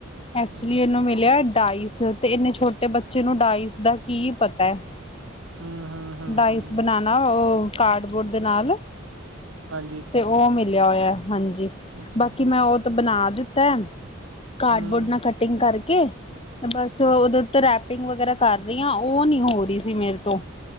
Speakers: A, on the left (about 30°); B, on the right (about 85°).
A: ਐਕਚੁਲੀ
B: ਹੂੰ,
A: ਇਹਨੂੰ ਮਿਲਿਆ ਡਾਇਸ ਤੇ ਇੰਨੇ ਛੋਟੇ ਬੱਚੇ ਨੂੰ ਡਾਇਸ ਦਾ ਕੀ ਪਤਾ ਹੈ
B: ਹੂੰ, ਹੂੰ, ਹੂੰ,
A: ਡਾਇਸ
B: ਹੂੰ,
A: ਬਣਾਣਾ ਉਹ ਕਾਰਡਬੋਰਡ ਦੇ ਨਾਲ
B: ਹਾਂਜੀ,
A: ਤੇ ਉਹ ਮਿਲਿਆ ਹੋਇਆ ਹਾਂਜੀ
B: ਅੱਛਾ,
A: ਬਾਕੀ ਮੈਂ ਉਹ ਤਾਂ ਬਣਾ ਦਿੱਤਾ ਕਾਰਡਬੋਰਡ
B: ਹੂੰ,
A: ਨਾਲ ਕਟਿੰਗ ਕਰਕੇ ਤੇ ਬਸ ਉਹਦੇ
B: ਹੂੰ,
A: ਉ ਰੈਪ ਟਿੰਗ ਵਗੈਰਾ ਕਰ ਰਹੀ ਹ ਉਹ ਨੀ ਹੋ ਰਹੀ ਸੀ ਮੇਰੇ ਤੋਂ